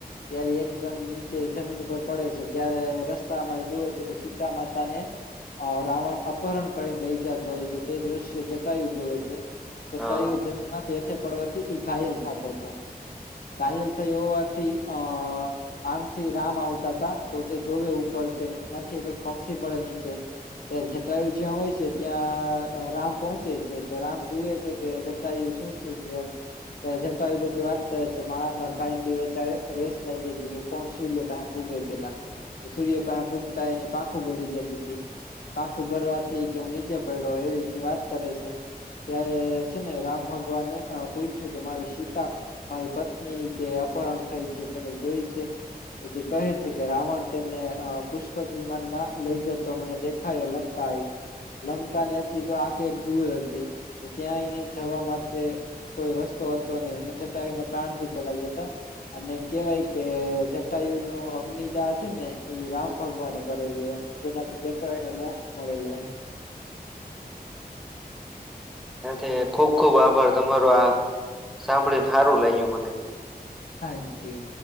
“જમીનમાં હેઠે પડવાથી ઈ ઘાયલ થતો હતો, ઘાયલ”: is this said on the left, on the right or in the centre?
Left